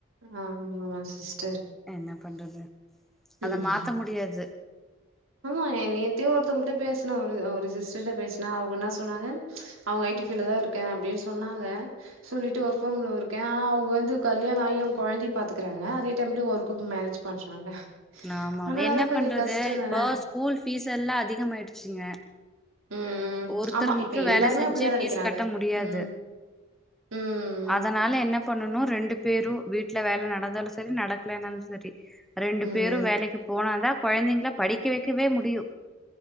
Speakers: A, on the right (about 80°); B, in the centre.
A: ஆமா சிஸ்டர்
B: என்ன பண்றது அத
A: ம்
B: மாத்த முடியாது
A: ஆமா ஏ நேத்தியே ஒருத்தவங்கட்ட பேசுனே ஒரு ஒரு சிஸ்டர்ட்ட பேசுன அவுங்க என்ன சொன்னாங்க அவுங்க ஐ டி ஃபீல்ட்தா இருக்க அப்டின்னு சொன்னாங்க சொல்லிட்டு ஒர்க் ஃப்ரம் ஹோம்ல இருக்க ஆனா அவுங்க வந்து கல்யாண ஆயி அவுங்க கொழந்தைய பாத்துக்குறாங்க அதே டைம்லையு ஒர்க்கும் மேனேஜ் பண்றாங்க
B: ஆமா
A: ஆனா
B: ஆமா
A: அதெல்லா
B: என்ன
A: கொஞ்சோ
B: பண்றது
A: கஷ்டோ
B: இப்போஸ்
A: தான
B: ஸ்கூல் ஃபீஸ் எல்லா அதிகமாயிடுச்சுங்க
A: ம் ம்
B: ஒருத்தர்
A: ஆமா
B: மற்றும்
A: இப்ப எல்லாருமே
B: வேல செஞ்சி
A: அப்டிதா
B: ஃபீஸ்
A: நெனைக்கிறாங்க
B: கட்ட முடியாது
A: ம் ம்
B: அதனால என்ன பண்ணனு ரெண்டு பேரு வீட்ல வேல நடந்தாலு சரி நடக்கலேனாலு சரி ரெண்டு
A: ம் ம்
B: பேரு வேலைக்கு போனாதா கொழந்தைங்கள படிக்க வக்கவே முடியு